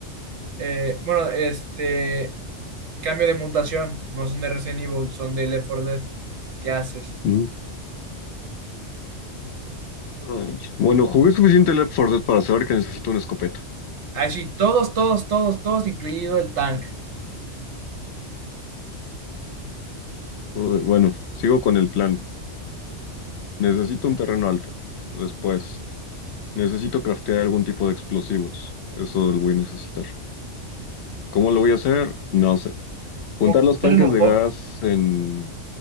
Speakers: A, on the right; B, on the left.
A: Eh, bueno, este. Cambio de mutación. No son de Resident Evil, son de Left 4 Dead. ¿Qué haces?
B: Mm. Ay, Bueno, jugué suficiente Left 4 Dead para saber que necesito una escopeta.
A: Ah, sí, todos, todos, todos, todos, incluido el tank.
B: Uy, Bueno, sigo con el plan. Necesito un terreno alto. Después, necesito craftear algún tipo de explosivos. Eso lo voy a necesitar. ¿Cómo lo voy a hacer? No sé. Juntar
A: Como
B: los
A: cócteles
B: tanques
A: Molotov.
B: de gas en